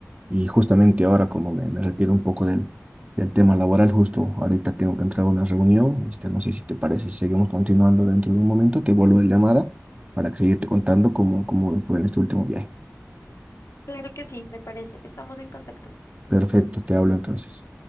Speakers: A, on the right; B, on the left.
A: Y justamente ahora, como me, me retiro un poco del, del tema laboral, justo ahorita tengo que entrar a una reunión. Este, no sé si te parece, si seguimos continuando dentro de un momento, te vuelvo la llamada para que seguirte contando cómo, cómo fue en este último viaje.
B: Claro que sí, me parece. Estamos en contacto.
A: Perfecto, te hablo entonces.